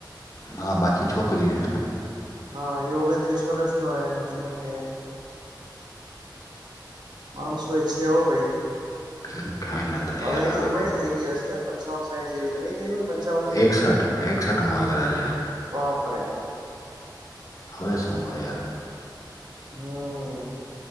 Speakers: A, on the left (about 45°); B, on the right (about 65°).
A: હા બાકી છોકરી છે. ને
B: હા એ ઓગણત્રીસ વર્ષ નો હો જમાય ને માણસ છે. હો ભાઈ
A: હમ કાંઇ ન થાય.
B: હવે
A: યાર
B: એની
A: આ લોકો
B: ઉંમરે થઈ ગયા હશે યાર પંચાવન સાઈઠ‌ જેવી તો નઈ થઈ. પંચાવન જેવી
A: એકસઠ એકસઠ મુ કદાચ‌ એને
B: બાપરે.
A: હવે હું હોય.
B: હમ.